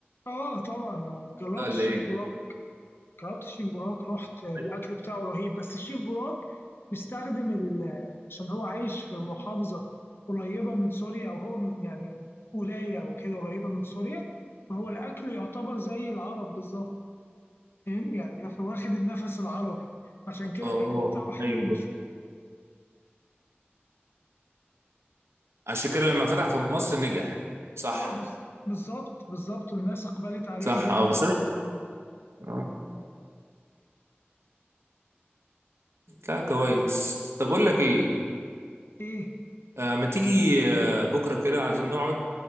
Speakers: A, on the left; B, on the right.
A: اه طبعا آه، جربت
B: ولا
A: الشيف
B: ايه؟
A: براك جربت الشيف براك رحت آه، الاكل
B: ايوه
A: بتاعه رهيب بس الشيف براك بيستخدم ال- آه، عشان هو عايش في محافظه قريبه من سوريا او هو من يعني ولايه او كده قريبه من سوريا فهو الاكل يعتبر زي العرب بالظبط فاهم يعني واخد النفس العربي عشان كده
B: اه
A: الاكل بتاعه حلو
B: ايوه
A: ومشهور
B: عشان كده لما فتح في مصر نجح صح
A: اه بز- بالظبط بالظبط والناس اقبلت عليه
B: صح
A: جامد
B: اه بس
A: يعني
B: انا اه لا كويس طب اقول لك ايه؟
A: ايه
B: آه ما تيجي آه بكره كده عايزين نقعد